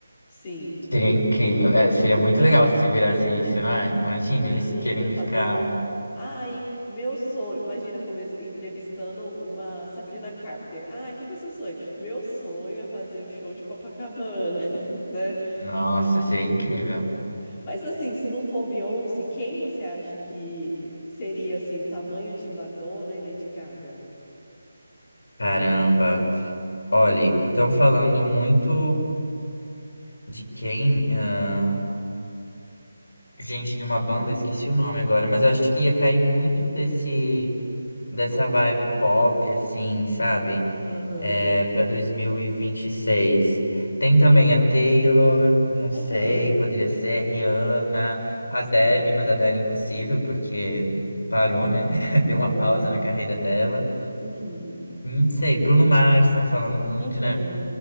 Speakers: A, on the left; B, on the left.
A: Sim.
B: Seria incrível. É, seria muito
A: Imagina.
B: legal se virasse isso, não é? Imagina
A: Imagina,
B: eles querendo
A: fazer
B: ficar.
A: um. Ai, meu sonho. Imagina come... entrevistando uma Sabrina Carpenter. Ai, qual que é o seu sonho? Meu sonho é fazer o show de Copacabana, <laughs> né?
B: Nossa,
A: Seria
B: seria
A: Super
B: incrível.
A: legal. Mas assim, se não for Beyoncé, quem você acha que seria assim, tamanho de Madonna e Lady Gaga?
B: Caramba. Olha, estão falando muito de quem? ah, Gente de uma banda, esqueci o nome agora, mas eu acho que ia cair muito desse. dessa vibe pop, assim, sabe?
A: Aham.
B: É, para dois mil e e vinte e seis Tem também a Taylor, não sei,
A: Aham.
B: poderia ser Rihanna, Adele,
A: Sim.
B: mas Adele é impossível, porque parou, né? <laughs> Deu uma
A: Aham.
B: pausa na carreira dela.
A: Uhum.
B: Não sei, Bruno Mars, estão falando muito,
A: Aham.
B: né?